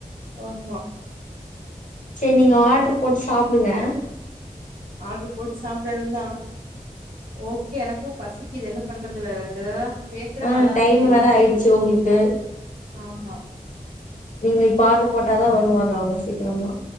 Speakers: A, on the right; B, on the left.
A: ஆமா
B: சேரி நீங்க ஆர்டரு போட்டு சாப்டுங்க
A: ஆர்டரு போட்டு சாப்டணும் தா ஓகே எனக்கும் பசிக்குது என்ன பண்றது வேற <unintelligible> பேசுறக்கு
B: ஆ
A: நல்லா
B: டைம்
A: இருந்து டெம்ட்
B: வேற
A: ஆயிடுச்சு
B: உங்களுக்கு
A: ஆமா
B: நீங்க இப்ப ஆர்டர் போட்டாதா வருவாங்க அவங்க சீக்கிரமா